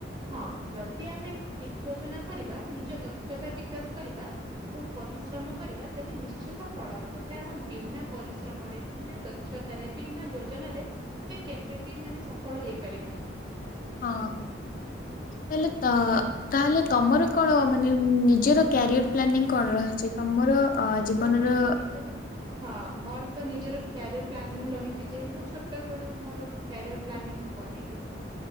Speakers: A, on the right; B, on the left.
A: ହଁ। ଯଦି ଆମେ ଠିକ୍ ଯୋଜନା କରିବା ନିଜ ଦକ୍ଷତା ବିକାଶ କରିବା ଏବଂ ପରିଶ୍ରମ କରିବା ତେବେ ନିଶ୍ଚିନ୍ତ ଫଳ ହେବ। କାରଣ ବିନା ପରିଶ୍ରମରେ ବିନା ଦ କ୍ଷତା ରେ ବିନା ଯୋଜନାରେ ଆମେ କେବେ ବି ମାନେ ସଫଳ ହେଇପାରିବାନି।
B: ହଁ। ହେଲେ ତ ତାହେଲେ ତମର କଣ ମାନେ ନିଜର କ୍ୟାରିୟର ପ୍ଲାନିଂ କଣ ରହିଚି? ତମର ଅ ଜୀବନର
A: ମୋର ତ ନିଜର ହଁ। ମୋର ତ ନିଜର କ୍ୟାରିୟର ପ୍ଲାନିଂ ରହିଚି ଯେ ମୁଁ ଛୋଟ ବେଳୁ ମୋର କ୍ୟାରିୟର ପ୍ଲାନିଂ ବନେଇ ଦେଇଚି।